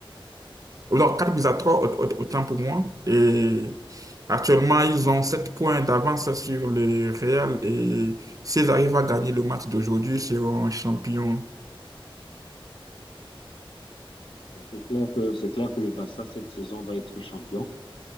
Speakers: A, on the right; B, on the left.
A: Non, 4 buts à 3, autant pour moi. Et actuellement, ils ont 7 points d'avance sur le Real. Et s'ils arrivent à gagner le match d'aujourd'hui, ils seront champions.
B: C'est clair que, c'est clair que le Barça, cette saison, va être champion.